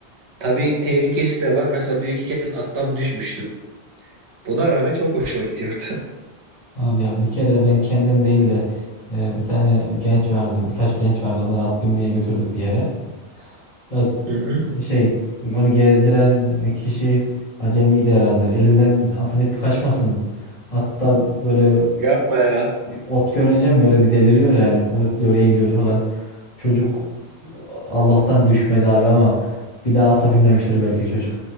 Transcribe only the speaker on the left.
Abi ya bir kere ben kendim değil de e, bir tane genç vardı, birkaç genç vardı. Onları at binmeye götürdük bir yere. Ya
e, şey onu gezdiren e, kişi acemiydi herhalde. Elinden atın ipi kaçmasın mı? At da böyle
bir ot görünce mi böyle bir deliriyor yani zıplıyor eğiliyor falan. Çocuk Allah'tan düşmedi abi ama bir daha ata binmemiştir belki çocuk.